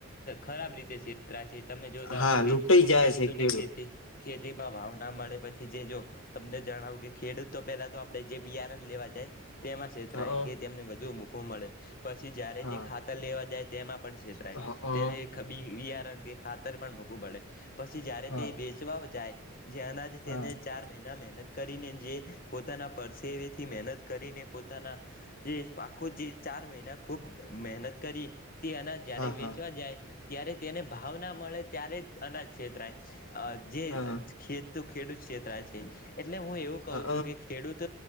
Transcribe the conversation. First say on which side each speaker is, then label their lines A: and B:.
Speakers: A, on the left; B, on the left.
A: ખરાબ રીતે છેતરાય તમે જોતા
B: હા
A: હશો કે
B: લૂંટાઈ જાય
A: ખેડૂતોને
B: છે ખેડૂત
A: ખેતી ખેતીમાં ભાવ ના મળે પછી જે જો તમને જણાવું કે ખેડૂત તો પેલા તો આપડણે જે બિયારણ લેવા જાય તેમાં છેતરાય
B: હા
A: કે તેમને બધુ મૂકો મળે પછી જ્યારે
B: હા
A: જે ખાતા લેવા જાય તેમાં પણ છેતરાય
B: હા હા
A: તેને બિયારણ કે ખાતર પણ મૂઘુ મળે. પછી જ્યારે
B: હા
A: તે વેચવા જાય જ્યાંના જ
B: હા
A: તેને ચાર મહિના મહેનત કરીને જે પોતાના પરસેથી મહેનત કરીને પોતાના જે આખો જે ચાર ચાર મહિના ખુબ મહેનત કરી તે અનાજ જ્યારે
B: હા
A: વેચવા જાય ત્યારે તેને ભાવ ના મળે ત્યારે અનાજ છેતરાય. અ જે
B: હા
A: ખેત ખેડૂત ક્ષેત્રરાય છે એટલે હું એવું કહું
B: હા
A: છું કે ખેડૂત